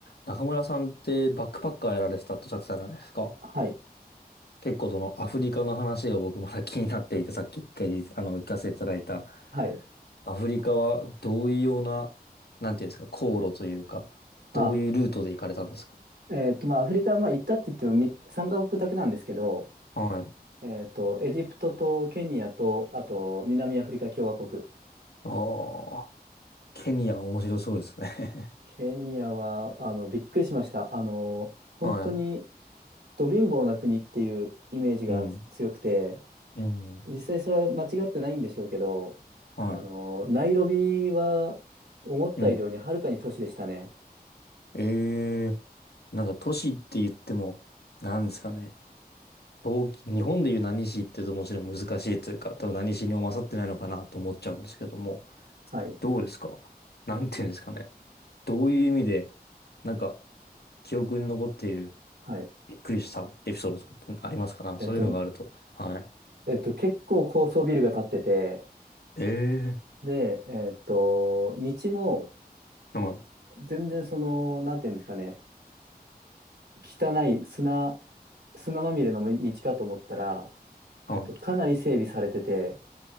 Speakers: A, on the left; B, on the right.
A: 中村さんってバックパッカーやられてたっておっしゃってたじゃないですか。
B: はい。
A: 結構そのアフリカの話が僕まだ気になっていて、さっき一回あの聞かせていただいた。
B: はい。
A: アフリカはどういうような、なんていうんですか、航路というか、
B: あ、
A: どういうルートで行かれたんですか
B: えっと、まあ、アフリカはまあ行ったって言ってもみ3カ国だけなんですけど、
A: はい。
B: えっと、エジプトとケニアと、あと、南アフリカ共和国。
A: ああ、ケニア面白そうですね。
B: ケニアは、あの、びっくりしました。あの、本当に、
A: <laughs> は
B: ど貧乏な国っていうイメージがつ強くて、
A: い。うん。うん。
B: 実際それは間違ってないんでしょうけど、
A: はい。
B: あの、ナイロビは、思った以上にはるかに都市でしたね。
A: うん。ええなんか都市って言っても、なんですかね。東京、日本でいう何市って言うともちろん難しいというか、多分何市にも勝ってないのかなと思っちゃうんですけども、
B: はい。
A: どうですかなんていうんですかね。どういう意味で、なんか、記憶に残っている、
B: はい。
A: びっくりしたエピソードとかってありますかなんかそういうのがあると。
B: えっと、
A: はい。
B: えっと、結構高層ビルが建ってて、
A: ええ
B: で、えーっと、道も
A: ーはい。
B: 全然その、なんていうんですかね、汚い砂、砂まみれの道かと思ったら、
A: はい。
B: えーっと、かなり整備されてて、